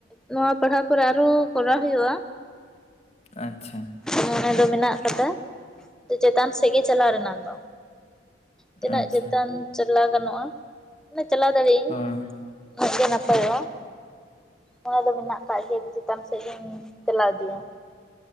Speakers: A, in the centre; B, on the left.
A: ᱱᱚᱣᱟ ᱯᱟᱲᱦᱟᱣ ᱯᱚᱨᱮ ᱟᱨᱚ ᱠᱚᱨᱟᱣ ᱦᱩᱭᱩᱜᱼᱟ᱾
B: ᱟᱪᱪᱷᱟ
A: ᱢᱚᱱᱮ ᱫᱚ ᱢᱮᱱᱟᱜ ᱠᱟᱫᱟ ᱪᱮᱸᱛᱟᱱ ᱥᱮᱫ ᱜᱮ ᱪᱟᱞᱟᱣ ᱨᱮᱱᱟᱜ ᱫᱚ᱾ ᱛᱤᱱᱟᱹᱜ
B: ᱟᱪᱪᱷᱟ
A: ᱪᱮᱛᱟᱱ ᱪᱟᱞᱟᱣ ᱜᱟᱱᱚᱜᱼᱟ ᱢᱟᱱᱮ ᱪᱟᱞᱟᱣ ᱫᱟᱲᱮᱤᱧ᱾
B: ᱦᱩᱸ
A: ᱩᱱᱟ. ᱜ ᱜᱮ ᱱᱟᱯᱟᱭᱚᱜᱼᱟ᱾ ᱢᱚᱱᱮ ᱫᱚ ᱢᱮᱱᱟᱜ ᱠᱟᱫ ᱜᱮᱭᱟ ᱪᱮᱸᱛᱟᱱ ᱥᱮᱫ ᱜᱤᱧ ᱪᱟᱞᱟᱣ ᱤᱫᱤᱭᱟ᱾